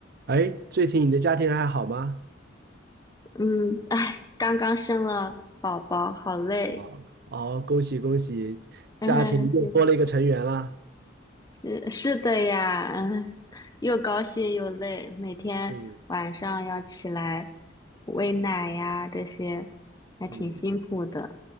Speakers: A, on the right (about 55°); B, on the left (about 20°).
A: 哎，最近你的家庭还好吗？
B: 嗯，哎，刚刚生了宝宝，好累。
A: 啊，哦，恭喜恭喜，
B: 嗯，
A: 家庭又多了一个成员啦。
B: 是是是的呀，嗯，又高兴又累，每天晚上要起来
A: 嗯
B: 喂奶呀，这些还挺辛苦的。
A: 嗯，